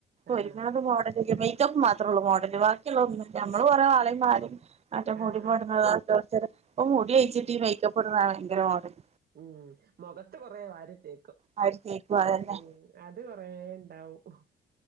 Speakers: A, on the right (about 50°); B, on the right (about 35°).
A: ആഹ്
B: ഒരുങ്ങുണത് മോടലില്ല മേയ് <unintelligible> മാത്രേള്ളൂ മോഡല് ബാക്കിയുള്ളള്ള ഒന്നും നമ്മള് കുറെേ വളീം മാലിം മറ്റെ മുടിമോ
A: ആഹ്
B: ടയിനതൊക്കെ <unintelligible> ഓ
A: ആഹ്
B: മുടികെയ്ച്ചിട്ട് ഈ മേയ്ക്കാപ്പ് <unintelligible> ങ്കര മോഡല്
A: ഉം മുഖത്ത് കൊറ വാരി തെ
B: ആ ഒരു കേക്കും അതന്നെ
A: ഉം അത് കൊറെ ഉണ്ടാവും